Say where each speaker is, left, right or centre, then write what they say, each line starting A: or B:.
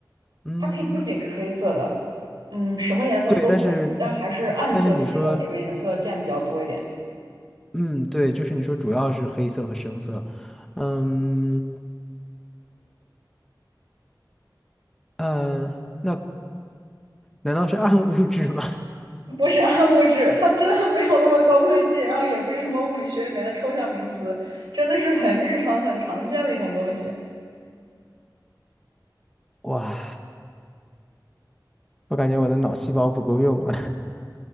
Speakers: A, in the centre; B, on the right (about 70°).
A: 嗯，
B: 它可以不仅是黑色的，嗯，什么颜色都可以，
A: 对，但是
B: 但还是暗色系的这个颜色见的比较多一点。
A: 但是你说，嗯，对，就是你说主要是黑色和深色，嗯呃，那难道是暗物质吗？
B: 不是暗物质，它真的没有那么高科技，然后也不是什么物理学里面的抽象名词，真的是很日常、很常见的一种东西
A: <laughs> 哇，我感觉我的脑细胞不够用了。